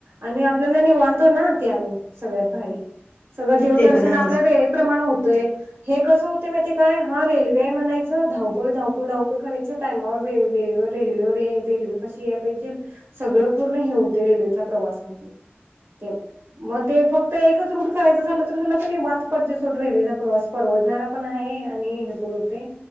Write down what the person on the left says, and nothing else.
ते पण आहेच